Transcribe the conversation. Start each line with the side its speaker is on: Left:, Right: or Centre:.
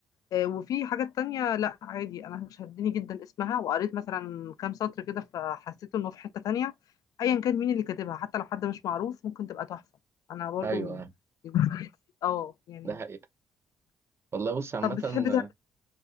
Left: آه، وفي حاجات تانية لا عادي انا شدني جدا اسمها وقريت مثلا كام سطر كده فحسيت انه في حتة تانية ايا كان مين اللي كاتبها حتى لو حد مش معروف ممكن تبقى تحفة انا برضو
Right: ايوه
Left: <laughs> الجزئية دي- اه يعني
Right: ده حقيقة والله بص عامة
Left: طب بتحب تعمل